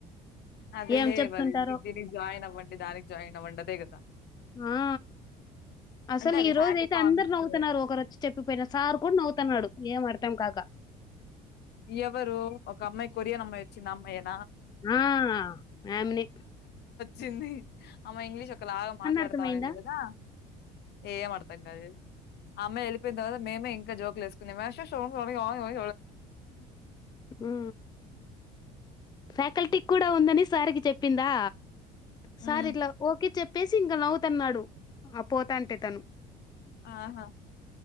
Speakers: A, on the left; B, on the left.
A: అది
B: ఏం
A: లేవద
B: చెప్తుంటారో
A: జాయిన్ అవ్వండి దానికినికి జాయిన్ అవ్వండి అదే కదా
B: ఆ అసలు
A: అవి
B: ఈ రోజు
A: హ్యాకథాన్స్
B: అయితే అందరు నవ్వుతున్నారు ఒకరోచ్చి చెప్పిపోయిన సార్ కూడా నవ్వుతున్నాడు ఏం అర్థం కాక
A: ఎవరు ఒక అమ్మాయి కొరియన్ అమ్మాయి వచ్చింది ఆ అమ్మాయేనా
B: ఆ ఆమ్ని
A: చిన్ని ఆమె ఇంగ్లీష్ ఒకలాగా మాట్లాడతానండి
B: అర్థమైందా?
A: కదా ఏం అర్థం కాదు అమ్మాయి వెళ్ళపోయిన తర్వాత మేమే ఇంకా జోక్లు వేసుకునే వర్షశో ఓయ్ ఓయ్
B: ఆ ఫ్యాకల్టీ కూడా ఉందని సారికి చెప్పిందా సార్
A: ఉమ్
B: ఇట్లా ఓకే చెప్ చేసి ఇంకా నవుతున్నాడు ఆ పోతాంటే తను
A: ఆహా